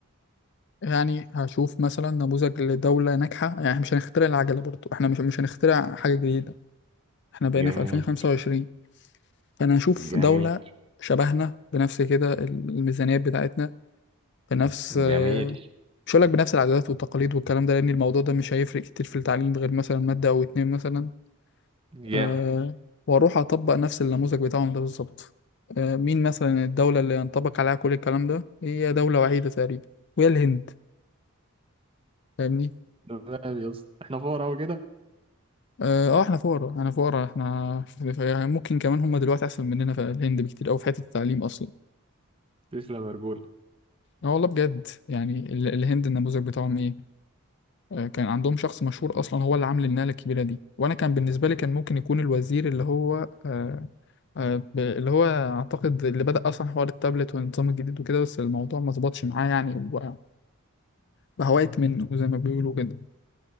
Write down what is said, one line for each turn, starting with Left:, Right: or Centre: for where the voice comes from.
Left: يعني هشوف مثلا نموذج لدولة ناجحة يعني إحنا مش هنخترع العجلة برضو احنا مش مش هنخترع حاجة جديدة احنا بقينا
Right: جميل
Left: في 2025 فانا اشوف
Right: جميل
Left: دولة شبهنا بنفس كده الميزانيات بتاعتنا بنفس
Right: جميل
Left: آه، مش هقول لك بنفس العادات والتقاليد والكلام ده لان الموضوع ده مش هيفرق كتير في التعليم غير مثلا مادة او اتنين مثلا
Right: جامد
Left: أه واروح اطبق نفس النموذج بتاعهم ده بالظبط أه مين مثلا الدولة اللي ينطبق عليها كل الكلام ده هي دولة وحيدة تقريبا وهي الهند فاهمني
Right: تمام يا اسطى احنا فقراء أوي كده
Left: اه آه، احنا فقراء احنا فقراء احنا ف- ف- ممكن كمان هم دلوقتي احسن مننا في الهند بكتير او في حتة التعليم اصلا
Right: تسلم يا رجولة
Left: اه والله بجد يعني ال- الهند النموذج بتاعهم ايه آه، كان عندهم شخص مشهور اصلا هو اللي عامل الناله الكبيره دي وانا كان بالنسبه لي كان ممكن يكون الوزير اللي هو آه، آه، ب- اللي هو اعتقد اللي بدأ اصلا حوار التابلت والنظام الجديد وكده بس الموضوع ما ظبطش معاه يعني وبقى بقى وقت منه زي ما بيقولوا كده